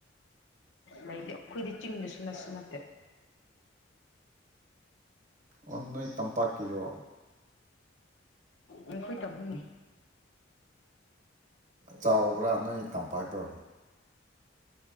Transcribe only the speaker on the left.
ꯂꯩꯇꯦ ꯑꯩꯈꯣꯏꯗꯤ ꯆꯤꯡꯗꯁꯨ ꯅꯁꯨ ꯅꯠꯇꯦ
ꯎꯝ ꯀꯣꯏꯗ ꯄꯨꯨꯡꯅꯤ